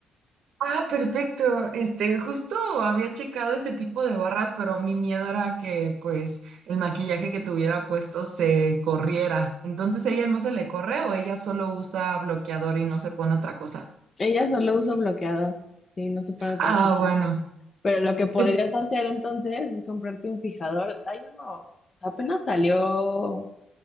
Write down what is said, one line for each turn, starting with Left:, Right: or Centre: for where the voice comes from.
Right: Ah, perfecto. Este, justo había checado ese tipo de barras, pero mi miedo era que, pues, el maquillaje que tuviera puesto se corriera. Entonces, ¿ella no se le corre o ella solo usa bloqueador y no se pone otra cosa?
Left: Ella solo usa bloqueador, sí, no se pone otra
Right: Ah,
Left: cosa.
Right: bueno.
Left: Pero lo que podrías
Right: ¿Es,
Left: hacer entonces es comprarte un fijador. Hay uno, apenas salió